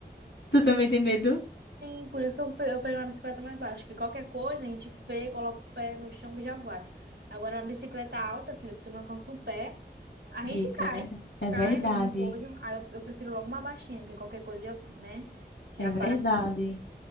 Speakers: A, on the left; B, on the right.
A: Tu também tem medo?
B: Sim, por isso que eu pe- eu pego uma bicicleta mais baixa, que qualquer coisa a gente freia, coloca o pé no chão e já vai. Agora, uma bicicleta alta, filha, que tu não alcança o pé, a
A: Eita,
B: gente cai.
A: é verdade. É
B: Cai
A: verdade.
B: no, no coisa. Aí eu, eu prefiro logo uma baixinha, que qualquer coisa já, né? Já
A: É verdade.
B: para.